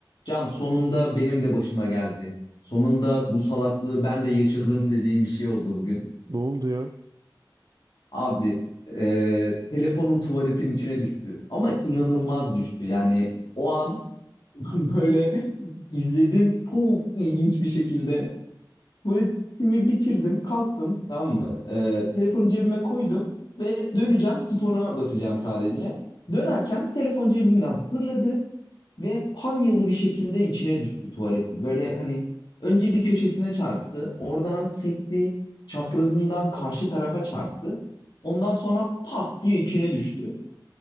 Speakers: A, on the left; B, on the right.
A: Can sonunda benim de başıma geldi. Sonunda bu salaklığı ben de yaşadım dediğim bir şey oldu bugün.
B: Ne oldu ya?
A: Abi e, telefonum tuvaletin içine düştü. Ama inanılmaz düştü. Yani o an <laughs> böyle izledim çok ilginç bir şekilde. Tuvaletimi bitirdim kalktım tamam mı? E, telefonu cebime koydum ve döneceğim sifona basacağım sadece. Dönerken telefon cebimden fırladı. Ve panyalı bir şekilde içine düştü tuvaletin. Böyle hani önce bir köşesine çarptı. Oradan sekti. Çaprazından karşı tarafa çarptı. Ondan sonra pat diye içine düştü.